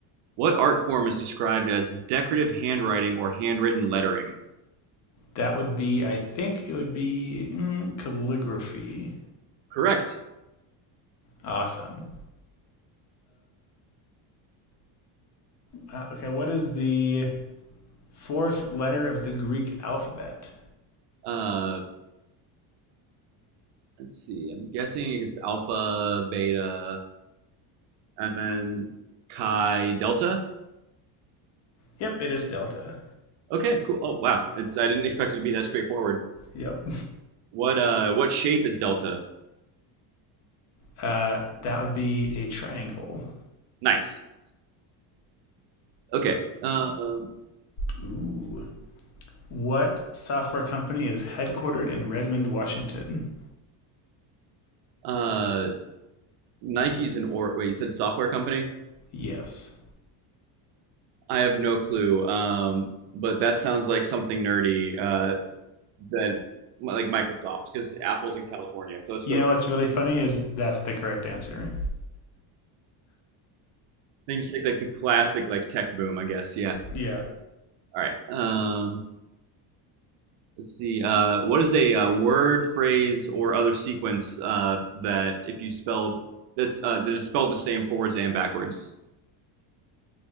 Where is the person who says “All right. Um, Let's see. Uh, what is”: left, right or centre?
Right